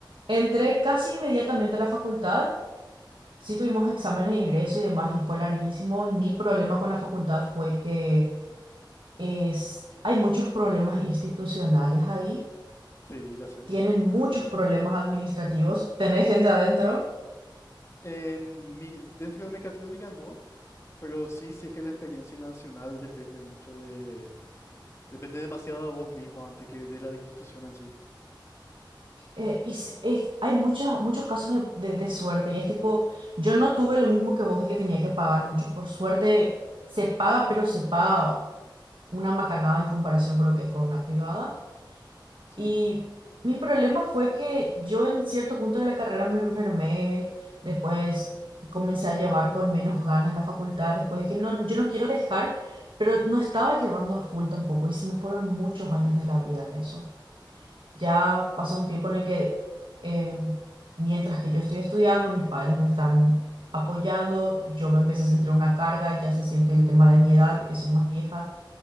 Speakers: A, on the right (about 80°); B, on the left (about 35°).
A: entré casi inmediatamente a la facultad, sí tuvimos exámenes de ingreso y demás, y fue larguísimo. Mi problema con la facultad fue que es, hay muchos problemas institucionales ahí,
B: sí, ya sé.
A: tienen muchos
B: Sí.
A: problemas administrativos, tenés gente adentro.
B: En mi, dentro de mecatrónica no, pero sí sé que la experiencia en la nacional depende mucho de... Depende demasiado de vos mismo antes que de la institución en sí.
A: eh, y s- es- hay mucha- muchos casos de, de de suerte y es tipo, yo no tuve lo mismo que vos de que tenía que pagar mucho. Por suerte se paga, pero se paga. una macanada en comparación con lo que es con una privada.
B: Sí,
A: Y mi problema fue que yo en cierto punto de la carrera me enfermé, después comencé a llevar con menos ganas la facultad, después dije, no, yo no quiero dejar, pero no estaba llevando a full tampoco y se me fueron muchos años de la vida en eso. Ya pasó un tiempo en el que eh, mientras que yo estoy estudiando, mis padres me están apoyando, yo me empecé
B: sí.
A: a sentir una carga, ya se siente el tema de mi edad, de que soy más vieja